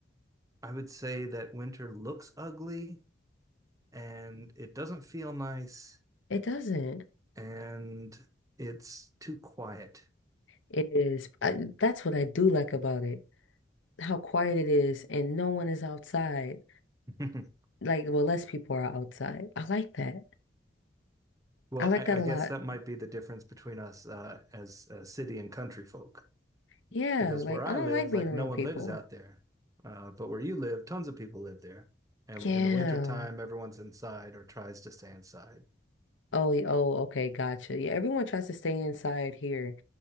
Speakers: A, on the right; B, on the left.
A: I would say that winter looks ugly and it doesn't feel nice
B: it doesn't.
A: and it's too quiet.
B: It is. I, that's what I do like about it. How quiet it is, and no one is outside.
A: <laughs>
B: Like, well, less people are outside. I like that.
A: well,
B: I like
A: I,
B: that
A: I
B: a
A: guess
B: lot.
A: that might be the difference between us uh, as uh, city and country folk
B: Yeah,
A: because
B: like
A: where I
B: I don't
A: live,
B: like being
A: like
B: around
A: no one
B: people.
A: lives out there. Uh, but where you live, tons of people live there. And
B: Yeah.
A: in the wintertime, everyone's inside or tries to stay inside.
B: Oh, y- oh, okay, gotcha. Yeah, everyone tries to stay inside here.